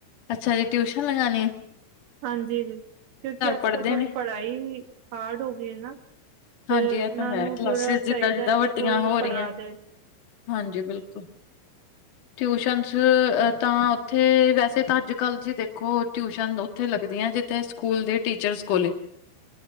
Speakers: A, on the left; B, on the right.
A: ਅੱਛਾ ਜੀ ਟਿਊਸ਼ਨ ਲਗਾਨੀ ਐ।
B: ਹਾਂਜੀ ਜੀ ਕਿਓਂਕਿ ਅੱਜ-ਕੱਲ
A: ਪੜ੍ਹਦੇ
B: ਥੋੜ੍ਹੀ
A: ਨੇ?
B: ਪੜ੍ਹਾਈ ਹਾਰਡ ਹੋ ਗਈ ਐ ਨਾ। ਤੇ
A: ਹਾਂਜੀ
B: ਓਨਾਂ
A: ਇਹ ਤਾਂ ਹੈ
B: ਨੂੰ
A: ਕਲਾਸਿਸ
B: ਥੋੜਾ
A: ਜਿੱਦਾਂ-ਜਿੱਦਾਂ
B: ਚਾਈਦਾ ਐ
A: ਵੱਡੀਆਂ
B: ਕਿ ਕੋਈ
A: ਹੋ
B: ਪੜਾ
A: ਰਹੀਆਂ।
B: ਦੇ
A: ਹਾਂਜੀ ਬਿਲਕੁਲ ਟਿਊਸ਼ਨਸ ਤਾਂ ਓਥੇ ਵੈਸੇ ਤਾਂ ਅੱਜ-ਕੱਲ ਜੇ ਦੇਖੋ ਟਿਊਸ਼ਨ ਓਥੇ ਲੱਗਦੀਆਂ ਜਿੱਥੇ ਸਕੂਲ ਦੇ ਟੀਚਰਸ ਕੋੋਲੇ